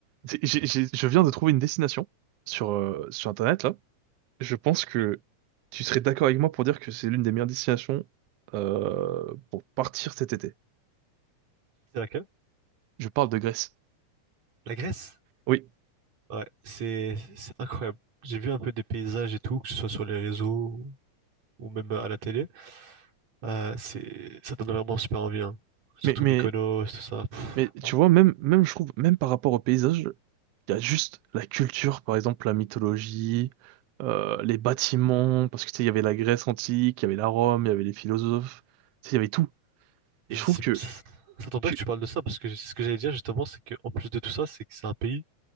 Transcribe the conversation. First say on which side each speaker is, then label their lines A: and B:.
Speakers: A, on the right; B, on the right.
A: C'est- j'ai- j'ai- je viens de trouver une destination sur, euh, sur Internet, là. Je pense que
B: Oui.
A: tu serais d'accord avec moi pour dire que c'est l'une des meilleures destinations euh, pour partir cet été.
B: C'est laquelle?
A: Je parle de Grèce.
B: La Grèce?
A: Oui,
B: Ouais, c'est c'est incroyable. J'ai vu un peu des paysages et tout, que ce soit sur les réseaux ou ou même à la télé. Euh, c'est ça donne vraiment super envie, hein. Surtout
A: mais, mais,
B: Mykonos, tout ça. Pff,
A: mais
B: oh.
A: tu vois, même, même, je trouve, même par rapport au paysage, il y a juste la culture, par exemple la mythologie, euh, les bâtiments, parce que tu sais, il y avait la Grèce antique, il y avait la Rome, il y avait les philosophes, tu sais, il y avait tout.
B: Et
A: Et je
B: c'est-
A: trouve que,
B: Ça tombe
A: que
B: bien que tu parles de ça parce que c'est ce que j'allais dire justement, c'est qu'en plus de tout ça, c'est que c'est un pays